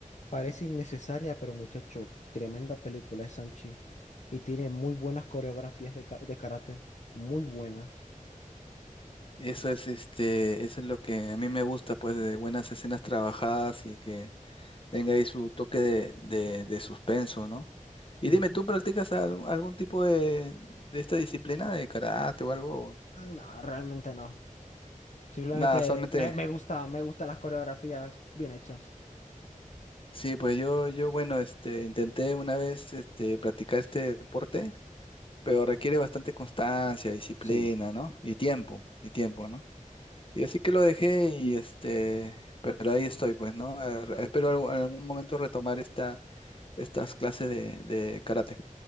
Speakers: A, on the left; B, on the left.
A: parece innecesaria, pero muchacho, tremenda película es Sanchi. Y tiene muy buenas coreografías de, ka- de karate. Muy buenas.
B: eso es, este, eso es lo que a mí me gusta, pues, de buenas escenas trabajadas y que tenga ahí su toque de, de- de suspenso, ¿no? Y
A: Ujú.
B: dime, ¿tú practicas algún, algún tipo de, de esta disciplina de karate o algo?
A: No, realmente no. Simplemente
B: Nada, solamente,
A: me, me gusta, me gustan las coreografías bien hechas.
B: sí, pues yo, yo, bueno, este, intenté una vez, este, practicar este deporte, pero requiere bastante constancia, disciplina,
A: Sí,
B: ¿no? Y tiempo, y tiempo, ¿no? Y así que lo dejé y, este, pero ahí estoy, pues, ¿no? Eh, Espero algún- en algún momento retomar esta, estas clases de, de karate.